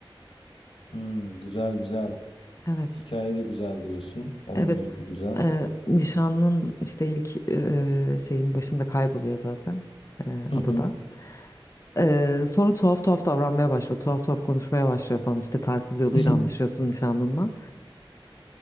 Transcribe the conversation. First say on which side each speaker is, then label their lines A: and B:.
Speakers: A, on the left; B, on the left.
A: hmm, güzel güzel.
B: Evet,
A: Hikaye de güzel diyorsun. Oynayış
B: evet.
A: da güzel.
B: Eee nişanın işte ilk eee, şeyin başında kayboluyor zaten eee,
A: Hı
B: adada.
A: hı.
B: Eee, sonra tuhaf tuhaf davranmaya başlıyor, tuhaf tuhaf konuşmaya başlıyor falan işte telsiz yoluyla
A: <laughs>
B: anlaşıyorsun nişanlınla.